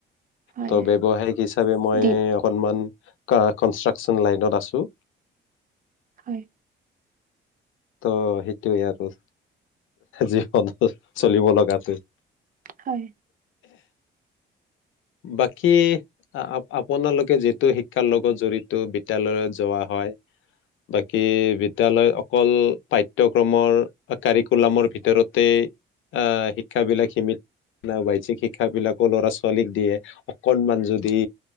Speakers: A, on the right; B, on the left.
A: হয়
B: ত' বৱসায়িক হিচাপে মই
A: দি
B: অকনমান কা কনষ্ট্ৰাক্সন লাইনত আছো।
A: হয়।
B: ত' সেইটোৱে আৰু জীৱনটোত চলিব লগাটো।
A: হয়।
B: বাকী আ -আপোনালোকে যিহেটো শিক্ষাৰ লগত জড়িত বিদ্যালয়ত যোৱা হয় বাকী বিদ্যলয়ত অকল পাঠ্যক্ৰমৰ কাৰিকুলামৰ ভিতৰতে আহ শিক্ষাবিলাক সীমিত নব বাহ্যিক শিক্ষাবিলাকো ল'ৰা -ছোৱালীক দিয়ে অকনমান যদি